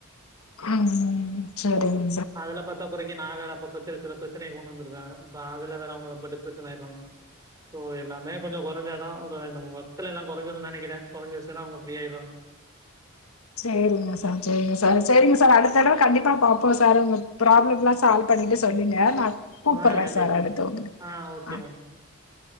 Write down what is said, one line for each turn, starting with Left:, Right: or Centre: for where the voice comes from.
Left: ம் ம் சேரிங்க
Right: அதுல பத்தா குறைக்கி நா வேற அப்பப்ப சில சில பிரச்சனைய கொண்டு வந்திருதே இப்ப அதுல வேற அவுங்க ரொம்ப டிப் ரஷன் ஆயிருவாங்க சோ எல்லாமே கொஞ்சோ கொறைஞ்சா தா இன்னு ரெண்டு மூணு வர்ஷ்துல எல்லா கொறஞ்சிருன்னு நெனைக்கிறே கொறஞ்சிருச்சீன்னா அவுங்க ப்ரீயாயிருவாங்க
Left: சேரிங்க சார் சேரிங்க சார் சேரிங்க சார் அடுத்தடவ கண்டிப்பா பாப்போ சார் உங்க ப்ராப்ளம் எல்லா சால் பண்ணீட்டு சொல்லுங்க நா கூப்பட்றே
Right: ஆ கண்டிப்பா
Left: சார் அடுத்து உங்களுக்கு
Right: ஆ ஓகே
Left: ஆ
Right: மேம்